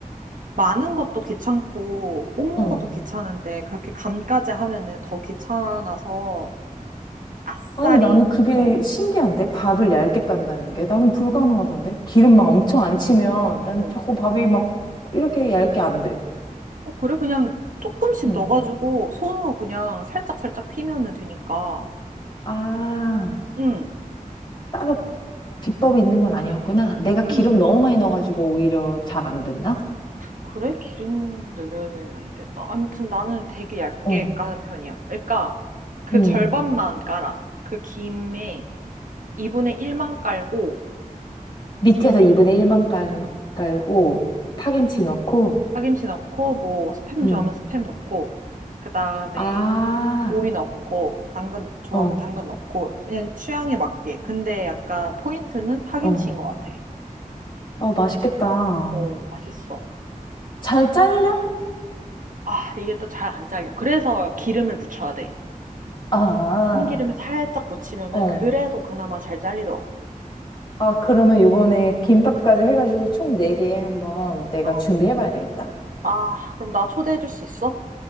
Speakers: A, on the right; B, on the left.
A: 많은 것도 귀찮고 뽑는
B: 어.
A: 것도 귀찮은데 그렇게 간까지 하면은 더 귀찮아서 아싸리
B: 아니, 나는 그게
A: 어,
B: 신기한데? 밥을 얇게 깐다는 게? 난 불가능하던데? 기름 막 엄청 안 치면 난
A: 응.
B: 자꾸 밥이 막 이렇게 얇게 안 돼.
A: 어 그래 그냥 조금씩
B: 응.
A: 넣어가지고 손으로 그냥 살짝 살짝 피면은 되니까
B: 아,
A: 응,
B: 따로 비법이 있는 건 아니었구나. 내가 기름을
A: 응.
B: 너무 많이 넣어가지고 오히려 잘 안 됐나?
A: 그래 기름 넣으면은 안 된다. 아무튼 나는 되게 얇게
B: 어.
A: 까는 편이야. 그러니까 그
B: 응.
A: 절반만 깔아. 그 김에 2분의 1만 깔고
B: 밑에서 2분의 1만 깔, 깔고 파김치 넣고.
A: 파김치 넣고 뭐 스팸
B: 응.
A: 좋아하면 스팸 넣고 그 다음에
B: 아,
A: 오이 넣고 당근 좋아하면
B: 어,
A: 당근 넣고 그냥 취향에 맞게. 근데 약간 포인트는 파김치인
B: 어.
A: 것 같아.
B: 어, 맛있겠다.
A: 어, 맛있어.
B: 잘 잘려?
A: 아, 이게 또 잘 안 잘려. 그래서 기름을 묻혀야 돼.
B: 아,
A: 참기름에 살짝 묻히면은
B: 어.
A: 그래도 그나마 잘 잘리더라고.
B: 아, 그러면 요번에 김밥까지 해가지고 총 4개 한번 내가
A: 어.
B: 준비해봐야 되겠다.
A: 아, 그럼 나 초대해 줄 수 있어?